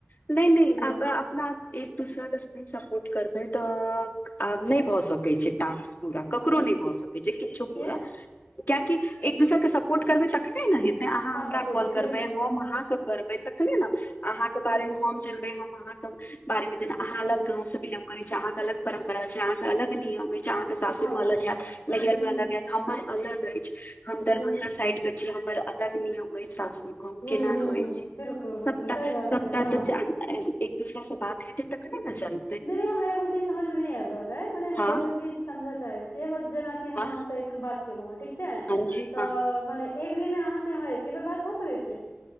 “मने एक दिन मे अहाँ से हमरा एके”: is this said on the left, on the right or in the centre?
Left